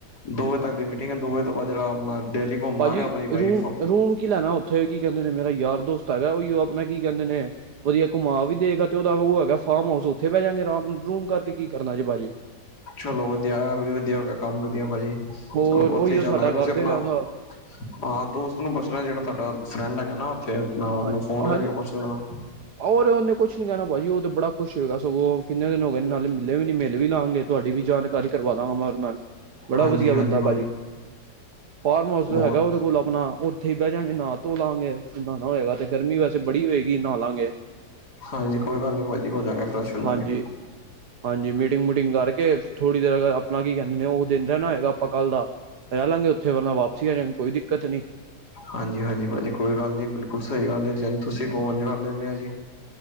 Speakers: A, on the left (about 55°); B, on the right (about 60°).
A: ਦੋ ਵਜੇ ਤੱਕ ਦੀ ਮੀਟਿੰਗ ਐ। ਦੋ ਵਜੇ ਤੋਂ ਬਾਅ ਜੇਰਾ ਆਪਣਾ, ਡੇਲੀ ਘੁੰਮ
B: ਭਾਜੀ
A: ਲਾਂਗੇ ਆਪਣੀ ਵਾਈਫ
B: ਰੂਮ, ਰੂਮ ਕੀ ਲੈਣਾ ਉੱਥੇ ਕੀ ਕਹਿੰਦੇ ਨੇ ਮੇਰਾ ਯਾਰ ਦੋਸਤ ਹੈਗਾ, ਉਈਓ ਆਪਣਾ ਕੀ ਕਹਿੰਦੇ ਨੇ ਵਧੀਆ ਘੁਮਾ ਵੀ ਦੇਗਾ, 'ਤੇ ਉਹਦਾ ਉਹ ਹੈਗਾ ਫਾਰਮ ਹਾਊਸ, ਉੱਥੇ ਬੈ ਜਾਗੇ ਆਰਾਮ, ਰੂਮ ਕਰਕੇ ਕੀ ਕਰਨਾ ਜੇ ਭਾਜੀ।
A: ਚਲੋ ਵਧੀਆ, ਐ ਵੀ ਵਧੀਆ ਹੋ ਗਿਆ ਕੰਮ ਵਧੀਆ ਭਾਜੀ,
B: ਹੋਰ
A: ਚਲੋ
B: ਉਹੀਓ
A: ਉੱਥੇ ਈ ਚਾਲਾਂਗੇ।
B: ਸਾਡਾ
A: ਤੁਸੀਂ
B: ਕਰ ਦੇਗਾ
A: ਆਪਣਾ
B: ਹਿਸਾਬ
A: ਹਾਂ ਦੋਸਤ ਨੂੰ ਪੁੱਛਣਾ, ਜਿਹੜਾ ਤੁਹਾਡਾ ਫਰੈਂਨਡ ਹੈਗਾ ਨਾ 'ਤੇ ਆਪਣਾ ਉਹਨੂੰ,
B: ਹਾਂ
A: ਫੋਨ ਕਰਕੇ
B: ਹਾਂਜੀ
A: ਪੁੱਛ ਲੈਨਾ।
B: ਔਰ ਉਹਨੇ ਕੁਛ ਨੀ ਕਹਿਣਾ ਭਾਜੀ, ਉਹ 'ਤੇ ਬੜਾ ਖੁਸ਼ ਹੋਏਗਾ ਸਗੋਂ, ਉਹ ਕਿੰਨੇ ਦਿਨ ਹੋ ਗਏ ਨਾਲੇ ਮਿਲੇ ਵੀ ਨੀ, ਮਿਲ ਵੀ ਲਾਂਗੇ। ਤੁਹਾਡੀ ਵੀ ਜਾਣ ਕਾਰੀ ਕਰਵਾ ਦਾਂਗਾ, ਮੈਂ ਉਹਦੇ ਨਾਲ। ਬੜਾ
A: ਹਾਂਜੀ
B: ਵਧੀਆ ਬੰਦਾ
A: ਹਾਂਜੀ
B: ਭਾਜੀ, ਫਾਰਮ ਹਾਊਸ ਜੋ
A: ਬਹੁਤ
B: ਹੈਗਾ ਉਹਦੇ ਕੋਲ ਆਪਣਾ, ਉ ੳਥੇ ਈ ਬਹਿ ਜਾਗੇ, ਨਾ ਧੋ ਲਾਂਗੇ, ਨਾਣਾ ਹੋਏਗਾ 'ਤੇ ਗਰਮੀ ਵੈਸੇ ਬੜੀ ਹੋਏਗੀ, ਨਾਂ ਲਾਂਗੇ,
A: ਹਾਂਜੀ ਕੋਈ ਗੱਲ ਨੀ ਭਾਜੀ ਹੋ ਜਾਂਗੇ ਫਰੈਸ਼ ਹੋ ਜਾਂਗੇ
B: ਹਾਂਜੀ। ਹਾਂਜੀ ਮੀਟਿੰਗ-ਮੂਟਿੰਗ ਕਰਕੇ, ਥੋੜ੍ਹੀ ਦੇਰ ਅਗਰ ਆਪਣਾ ਕੀ ਕਹਿੰਦੇ ਨੇ, ਉਹ ਦਿਨ ਦਾ ਨਾ ਹੋਏਗਾ। ਆਪਾਂ ਕੱਲ੍ਹ ਦਾ ਰਹਿ ਲਾਂਗੇ ਉੱਥੇ, ਵਰਨਾ ਵਾਪਸੀ ਆ ਜਾਗੇ, ਕੋਈ ਦਿੱਕਤ ਨੀ।
A: ਹਾਂਜੀ-ਹਾਂਜੀ ਭਾਜੀ, ਕੋਈ ਗੱਲ ਨੀ ਬਿਲਕੁਲ ਸਈ ਗੱਲ ਐ। ਜਿਨ ਤੁਸੀਂ ਕਹੋ, ਉਝ ਕਰ ਲੈਨੇ ਆ ਜੀ।